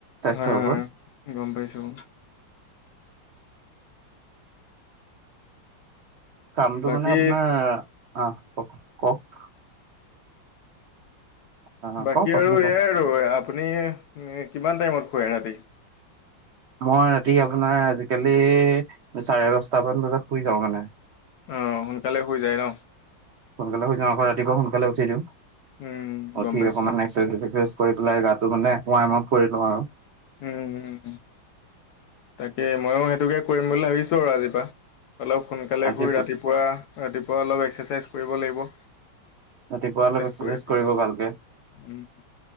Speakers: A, on the right (about 80°); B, on the left (about 70°).
A: স্বাস্থ্যৰ
B: হয়,
A: ওপৰত
B: হয় গম পাইছোঁ
A: কামটো
B: বাকী
A: মানে আপোনাৰ অ কও কওক আহ
B: বাকী
A: কওক
B: আৰু
A: আপুনি কওক
B: এয়াই আৰু আপুনি কিমান টাইমত শুৱে ৰাতি
A: মই ৰাতি আপোনাৰ আজিকালি চাৰে দচটামান বজাত শুই যাওঁ মানে
B: অ সোনকালে শুই যায় ন
A: সোনকালে শুই যাওঁ আকৌ ৰাতিপুৱা সোনকালে উঠি দিওঁ
B: উম গম
A: উঠি
B: পাইছো
A: অকণমান এক্সাৰচাইজ <unintelligible> কৰি পেলাই গাটো মানে ৱাৰ্ম আপ কৰি লওঁ আৰু
B: উম তাকে ময়ো সেইটোকে কৰিম বুলি ভাবিছোঁ আৰু আজিৰ পৰা অলপ সোনকালে
A: আজি
B: শুই ৰাতিপুৱা ৰাতিপুৱা অলপ এক্সাৰচাইজ কৰিব লাগিব
A: ৰাতিপুৱা অলপ এক্সাৰচাইজ
B: কৰি পেলাই
A: কৰিব ভালকে
B: উম,